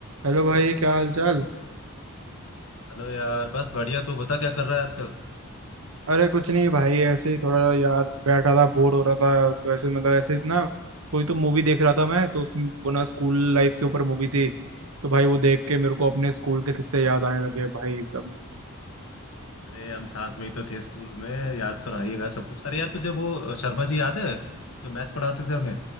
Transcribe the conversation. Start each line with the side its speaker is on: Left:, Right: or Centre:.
Right: Hello भाई क्या हाल चाल
Left: Hello यार बस बढ़िया तू बता क्या कर रहा है आजकल
Right: अरे कुछ नहीं भाई ऐसे ही थोड़ा यार बैठा था बोर हो रहा था तो ऐसे मतलब ऐसे ना कोई तो मूवी देख रहा था मैं तो उस वो ना स्कूल लाइफ
Left: हाँ,
Right: के ऊपर
Left: हाँ।
Right: मूवी थी तो भाई वो देख के मेरे को अपने स्कूल के किस्से याद आने लगे भाई एकदम
Left: अरे हम साथ में ही तो थे स्कूल में याद तो रहिएगा सब कुछ अरे यार तुझे वो शर्मा जी याद है जो मैथ्स पढ़ाते थे हमें